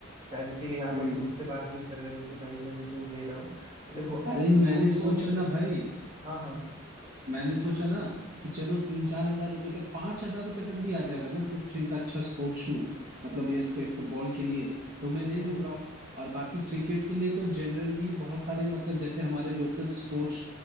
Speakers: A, on the right (about 25°); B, on the right (about 50°).
A: शायद इसीलिए आप
B: हम्म।
A: अभी मुझसे बात भी कर रहे हो कि भाई मैं ये शूज ले रहा हूँ तो देखो
B: अरे मैंने
A: शूज को
B: सोचा
A: लेकर
B: ना भाई
A: के हाँ हाँ
B: मैंने सोचा ना कि चलो तीन चार हजार रुपए तक पांच हजार रुपए तक भी आ जाएगा ना कुछ इनका अच्छा स्पोर्ट्स शू मतलब ये इसको फुटबॉल के लिए तो मैं ले
A: हम्म
B: लूंगा
A: हम्म
B: और बाकी क्रिकेट के लिए तो जनरल भी बहुत सारे मतलब जैसे हमारे लोकल स्पोर्ट्स